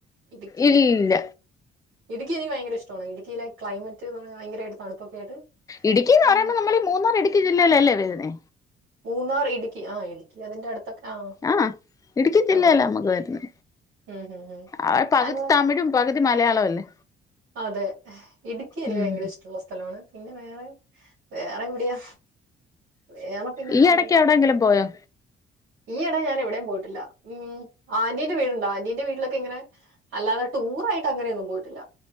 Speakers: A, on the right; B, on the left.
A: ഇടുക്കി
B: ഇല്ല
A: ഇടുക്കി ഇടുക്കി എനിക്ക് ഭയങ്കര ഇഷ്ടമാണ് ഇടുക്കിയിലെ ക്ലൈമറ്റ് ന്ന് പറയുന്നത് ഭയരമായിട്ട് തണുപ്പൊക്കെ ആയിട്ട്
B: ഇടുക്കി എന്ന്
A: ഉം
B: പറയുമ്പോ നമ്മളെ ഈ മൂന്നാർ ഇടുക്കി ജില്ലയിലല്ലേ വരുന്നേ
A: മൂന്നാർ ഇടുക്കി ആഹ് ഇടുക്കി അതിന്റെ അടു ത്തൊക്കെ ആഹ്
B: ആഹ് ഇടുക്കി ജില്ലയിലാ
A: അതെ
B: നമ്മുക്ക് വരുന്നെ
A: ഉം ഉം ഉം
B: അവിടെ പകുതി
A: ഞാനിവിടെ
B: തമിഴും പകുതി മലയാളവും അല്ലേ
A: അതെ ഇടുക്കി എനിക്ക്
B: ഉം
A: ഭയങ്കര ഇഷ്ടമുള്ള സ്ഥ സ്ഥലമാണ് പിന്നെ വേറെ വേറെ എവിടെയാ വേറെ പിന്നെന്താ
B: ഈ ഇടയ്ക്ക് എവിടെയെങ്കിലും പോയോ
A: ഈ ഇടെ ഞാൻ എവിടെയും പോയിട്ടില്ല ഉം ആന്റീന്റെ വീടുണ്ട് ആറീന്റെ വീട്ടിലൊക്കെ ഇങ്ങനെ അല്ലാതെ ടൂർ ആയിട്ട് അങ്ങനെയൊന്നും പോയിട്ടില്ല